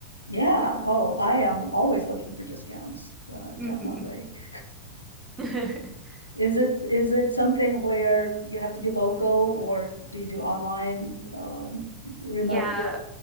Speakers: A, on the left (about 85°); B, on the right (about 20°).
A: Yeah. Oh, I am always looking for discounts. Uh,
B: Mhm.
A: definitely. <laughs>
B: <laughs>
A: Is it is it something where you have to be local, or do you do online, um, remote?
B: Yeah,